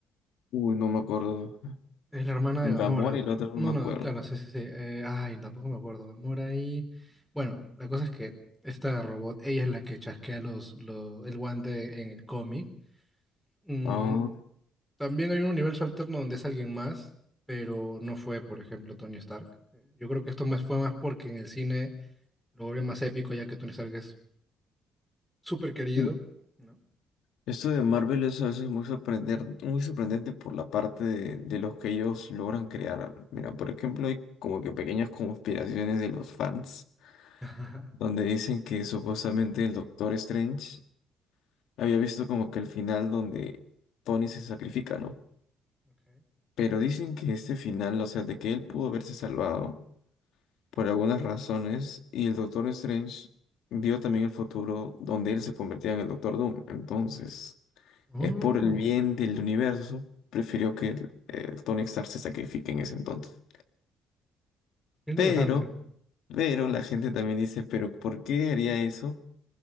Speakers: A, on the left; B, in the centre.
A: Uy, no me acuerdo.
B: Es la hermana
A: Gamora
B: de Gamora.
A: y la otra
B: No,
A: no me
B: no,
A: acuerdo.
B: claro, sí, sí, sí. Eh, ay, tampoco me acuerdo. Gamora y... Bueno, la cosa es que esta robot, ella es la que chasquea los, los- el guante en el cómic. Mm,
A: Ah.
B: también hay un universo alterno donde es alguien más, pero no fue, por ejemplo, Tony Stark. Eh, Yo creo que esto más fue más porque en el cine lo vuelve más épico, ya que Tony Stark es súper querido,
A: Mm.
B: ¿no?
A: Esto de Marvel es a veces muy sorprendente, muy sorprendente por la parte de, de los que ellos logran crear. Mira, por ejemplo, hay como que pequeñas conspiraciones de los fans
B: <laughs>
A: donde dicen que supuestamente el Doctor Strange había visto como que el final donde Tony se sacrifica, ¿no?
B: Ok.
A: Pero dicen que este final, o sea, de que él pudo haberse salvado por algunas razones y el Doctor Strange vio también el futuro donde él se convertía en el Doctor Doom. Entonces,
B: Oh,
A: es por el bien del universo, prefirió que el, el Tony Stark se sacrifique en ese entonces.
B: qué interesante.
A: Pero, pero la gente también dice, pero ¿por qué haría eso?